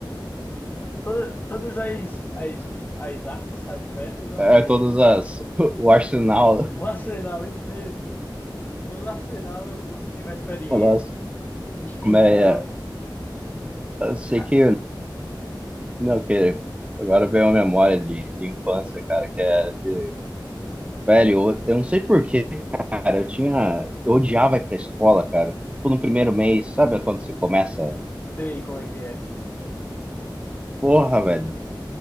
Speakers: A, on the left (about 20°); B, on the right (about 15°).
A: Toda- todas as, as, as artes, as peças eu
B: É,
A: apanhei.
B: todas as. <laughs> O arsenal.
A: No arsenal, isso mesmo. Todo arsenal eu, eu tive a experiência.
B: Nossa.
A: De chinela.
B: Mas eh, eu sei
A: Ah,
B: que Não, que agora veio uma memória de, de infância, cara, que é de... Velho, eu, eu não sei por quê, cara, eu tinha... Eu odiava ir pra escola, cara. Tipo, no primeiro mês, sabe quando você começa?
A: sei como é que é.
B: Porra, velho.